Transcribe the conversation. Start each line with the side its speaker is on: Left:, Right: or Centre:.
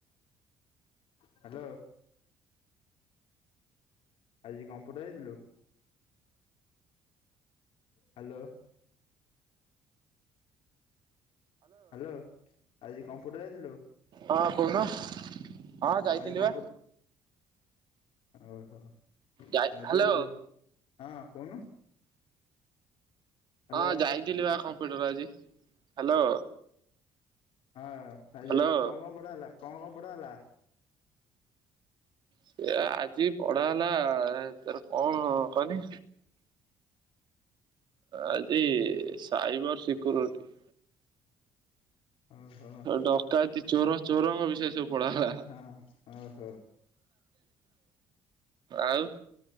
Left: ହ୍ୟାଲୋ ଆଜି କମ୍ପୁଟର ହେଇଥିଲୁ। ହ୍ୟାଲୋ। ହ୍ୟାଲୋ ଆଜି କମ୍ପୁଟ ଯାଇଥିଲୁ।
Right: ହଁ କହୁନୁ ହଁ ଯାଇଥିଲି
Left: ଆଜି କମ୍ପୁ
Right: ବା।
Left: ଓହୋ।
Right: ଯାଇ
Left: ଆ
Right: ହ୍ୟାଲୋ।
Left: ଯୋଉ ହଁ କହୁନୁ। ହ୍ୟାଲୋ
Right: ହଁ ଯାଇଥିଲି ବା କମ୍ପ୍ୟୁଟର ଆଜି ହ୍ୟାଲୋ।
Left: ହଁ ଆଜି
Right: ହ୍ୟାଲୋ
Left: ଆଉ କଣ କଣ ପଢ଼ା ଗଲା କଣ କଣ ପଢ଼ା ଗଲା?
Right: ସେ ଆଜି ପଢା ହେଲା ତୋର କଣ କହନି। ଆଜି ସାଇବର ସିକ୍ୟରିଟି।
Left: ଓହୋ
Right: ଡକାଏତି ଚୋର ଚୋରଙ୍କ ବିଷୟରେ ସବୁ ପଢା ଗଲା।
Left: ହଁ ଓହୋ
Right: ଆଉ